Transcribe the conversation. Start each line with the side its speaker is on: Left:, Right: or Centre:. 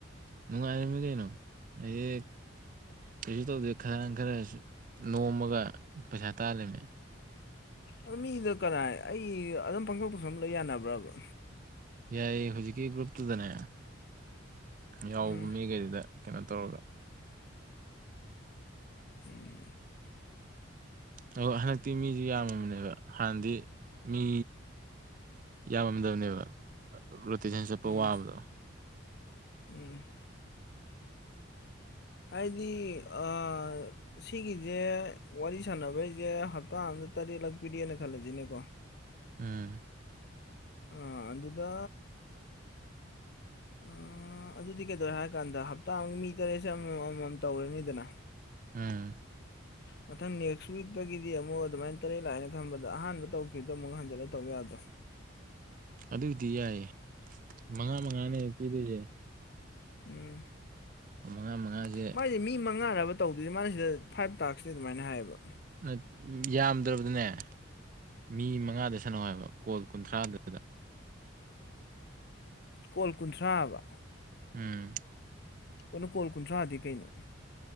Right: ꯅꯨꯡꯉꯥꯏꯔꯝꯃꯤ ꯀꯩꯅꯣ ꯑꯗꯒꯤ ꯀꯩꯁꯨ ꯇꯧꯗꯦ ꯈꯔ ꯈꯔꯁꯨ ꯅꯣꯝꯃꯒ ꯄꯩꯁꯥ ꯇꯥꯜꯂꯤꯃꯦ
Left: ꯑꯥ ꯃꯤꯗ ꯀꯅꯥꯏ ꯑꯩ ꯑꯗꯨꯝ ꯄꯪꯇꯧ ꯇꯧꯁꯟ ꯂꯣꯏ ꯌꯥꯅꯕ꯭ꯔꯥꯕ
Right: ꯌꯥꯏꯌꯦ ꯍꯧꯖꯤꯛꯀꯤ ꯒ꯭ꯔꯨꯞꯇꯨꯗꯅꯦ ꯌꯥꯎꯕ
Left: ꯎꯝ
Right: ꯃꯤꯒꯩꯗꯨꯗ ꯀꯩꯅꯣ ꯇꯧꯔꯒ
Left: ꯎꯝ
Right: ꯑꯣ ꯍꯟꯗꯛꯇꯤ ꯃꯤꯖꯨ ꯌꯥꯝꯃꯕꯅꯦꯕ ꯍꯥꯟꯅꯗꯤ ꯃꯤ ꯌꯥꯝꯃꯝꯗꯕꯅꯦꯕ ꯔꯣꯇꯦꯁꯟ ꯆꯠꯄ
Left: ꯎꯝ
Right: ꯋꯥꯕꯗꯣ
Left: ꯎꯝ ꯍꯥꯏꯗꯤ ꯑꯥ ꯁꯤꯒꯤꯖꯦ ꯋꯥꯔꯤ ꯁꯥꯟꯅꯕꯩꯖꯦ ꯍꯞꯇꯥ ꯑꯝꯗ ꯇꯔꯦꯠ ꯂꯥꯛꯄꯤꯔꯛꯑꯦꯅ ꯈꯜꯂꯖꯤꯅꯦꯀꯣ
Right: ꯎꯝ
Left: ꯑꯥ ꯑꯗꯨꯗ ꯑꯥ ꯑꯗꯨꯗꯤ ꯀꯩꯗꯧꯔꯦ ꯍꯥꯏꯔ ꯀꯥꯟꯗ ꯍꯞꯇꯥ ꯑꯝꯒꯤ ꯃꯤ ꯇꯔꯦꯠꯁꯦ ꯑꯃꯃꯝ ꯑꯃꯃꯝ ꯇꯧꯔꯅꯤꯗꯅ
Right: ꯎꯝ
Left: ꯃꯊꯪ ꯅꯦꯛꯁ ꯋꯤꯛꯇꯒꯤꯗꯤ ꯑꯃꯨꯛ ꯑꯗꯨꯃꯥꯏꯅ ꯇꯔꯦꯠ ꯂꯥꯛꯑꯦꯅ ꯈꯟꯕꯗ ꯑꯍꯥꯟꯕ ꯇꯧꯈꯤꯕꯗꯣ ꯑꯃꯨꯛ ꯍꯟꯖꯤꯜꯂꯒ ꯇꯧ ꯌꯥꯗ꯭ꯔꯣ?
Right: ꯑꯗꯨꯒꯤꯗꯤ ꯌꯥꯏꯌꯦ ꯃꯉꯥ ꯃꯉꯥꯅꯦꯕ ꯄꯤꯗꯣꯏꯁꯦ
Left: ꯎꯝ
Right: ꯃꯉꯥ ꯃꯉꯥꯁꯦ
Left: ꯃꯥꯏ ꯃꯤ ꯃꯉꯥꯔꯕ ꯇꯧꯗꯣꯏꯁꯦ ꯃꯥꯅꯤꯁꯤꯗ ꯐꯥꯏꯚ ꯇꯥꯛꯁꯅꯤ ꯑꯗꯨꯃꯥꯏꯅ ꯍꯥꯏꯌꯦꯕ
Right: ꯅꯠ ꯌꯥꯝꯗ꯭ꯔꯕꯗꯅꯦ ꯃꯤ ꯃꯉꯥꯗ ꯁꯥꯟꯅꯧ ꯍꯥꯏꯕ ꯀꯣꯜ ꯀꯨꯟꯊ꯭ꯔꯥꯗꯨꯗ
Left: ꯀꯣꯜ ꯀꯨꯟꯊ꯭ꯔꯥ ꯑꯕ
Right: ꯎꯝ
Left: ꯀꯩꯅꯣ ꯀꯣꯜ ꯀꯨꯟꯊ꯭ꯔꯥꯗꯤ ꯀꯩꯅꯣ?